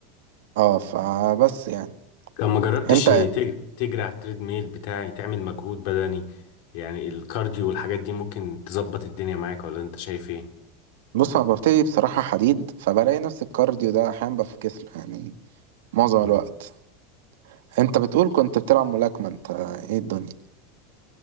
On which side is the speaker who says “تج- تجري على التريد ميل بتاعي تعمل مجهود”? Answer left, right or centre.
Left